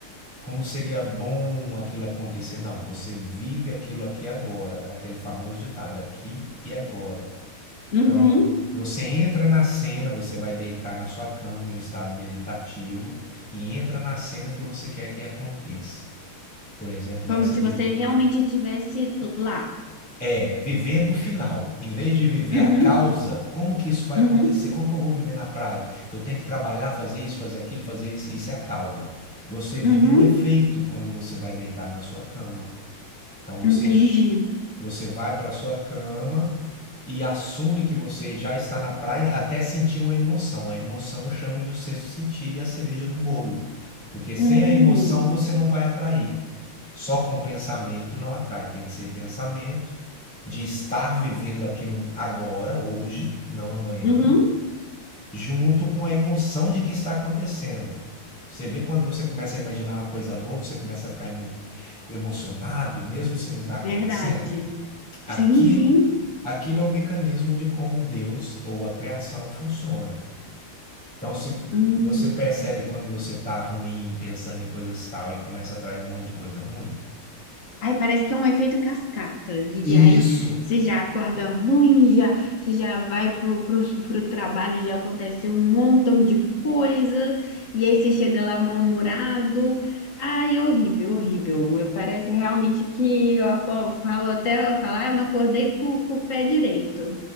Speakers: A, in the centre; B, on the left.
A: como seria bom aquilo acontecer. Não, você vive aquilo aqui agora, é aquele famoso ditado, aqui e agora.
B: uhum.
A: Então, você entra na cena, você vai deitar na sua cama em um estado meditativo e entra na cena que você quer que aconteça. Por exemplo,
B: Como
A: essa
B: se
A: de
B: você realmente estivesse lá.
A: É, vivendo o final. Em vez de viver
B: Uhum,
A: a causa, como que isso vai
B: uhum,
A: acontecer? Como que eu vou viver na praia? Eu tenho que trabalhar, fazer isso, fazer aquilo, fazer isso. Isso é a causa. Você vive
B: uhum.
A: no efeito quando você vai deitar na sua cama. Então você,
B: Entendi.
A: sh- você vai para sua cama e assume que você já está na praia até sentir uma emoção. A emoção eu chamo de o sexto sentido e a cereja do bolo. Porque sem
B: Hum,
A: a emoção você não vai atrair. Só com pensamento não atrai, tem que ser pensamento de estar vivendo aquilo agora, hoje, não amanhã,
B: Uhum.
A: junto com a emoção de que está acontecendo. Você vê quando você começa a imaginar uma coisa boa, você começa a ficar emo- emocionado, mesmo se não está acontecendo.
B: verdade.
A: Aquilo,
B: Sim, sim.
A: aquilo é o mecanismo de como Deus ou a criação funciona. Então, se
B: Hum.
A: você percebe quando você está ruim, pensando em coisas tal e começa a atrair um monte de coisa ruim,
B: Aí parece que é um efeito cascata. E
A: isso
B: aí você já acorda ruim, já, você já vai pro, pro, pro trabalho, já aconteceu um montão de coisa, e aí você chega lá mal-humorado. Ai, horrível, horrível. Eu- Parece realmente que eu aco- falo até eu falar, eu não acordei com, com o pé direito.